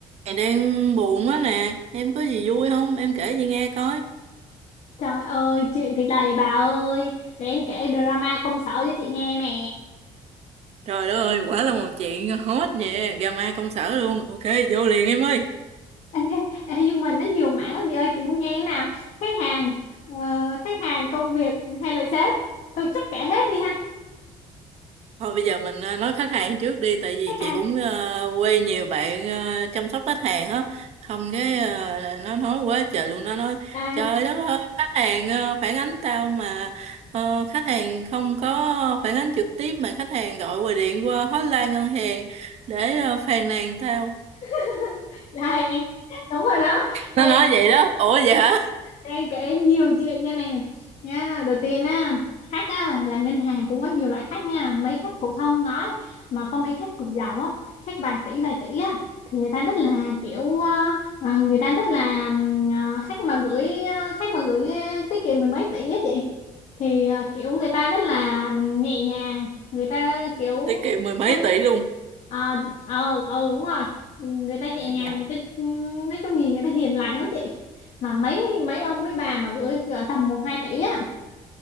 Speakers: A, on the right; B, on the left.
A: Mày đang buồn quá nè, em có gì vui không? Em kể chị nghe coi.
B: Trời ơi, chuyện thì đầy bà ơi. Để em kể drama công sở cho chị nghe nè.
A: Trời đất ơi, quả là một chuyện hot nè, drama công sở luôn. Ok, vô liền em ơi.
B: <laughs> Ê, ê, nhưng mà nó nhiều mảng lắm chị ơi, chị muốn nghe thế nào? Khách hàng, ờ, khách hàng, công việc hay là sếp? Thôi chắc kể hết đi ha.
A: Thôi bây giờ mình ờ, nói khách hàng trước đi, tại vì
B: Khách hàng.
A: chị cũng ờ, quê nhiều bạn ờ, chăm sóc khách hàng á. Không cái ờ, là nó nói quá trời luôn, nó nói
B: Đây,
A: trời đất ơi, khách hàng ờ, phản ánh tao mà ờ, khách hàng không có phản ánh trực tiếp mà khách hàng gọi qua điện qua hotline ngân hàng để ờ, phàn nàn tao
B: <laughs> đây em đúng rồi đó. đây
A: nó nói vậy đó ủa vậy hả
B: đang kể nhiều chuyện nha nè nha đầu tiên á khách á là ngân hàng cũng có nhiều loại khách nha mấy khách phổ thông nói mà có mấy khách cực giàu á khách vài tỷ vài tỷ á thì người ta rất là kiểu ờ, ờ, người ta rất là ừm, ờ, khách mà gửi ờ, khách mà gửi ờ, tiết kiệm mười mấy tỷ á chị thì ờ, kiểu người ta rất là nhẹ nhàng người ta kiểu
A: tiết kiệm mười mấy
B: ờ
A: tỷ luôn
B: ờ ờ ừ, đúng rồi người ta nhẹ
A: phải là
B: nhàng
A: giàu
B: người ta ừm, nói chung nhìn người ta hiền lành lắm chị mà mấy mấy ông mấy bà mà gửi gửi tầm một hai tỷ á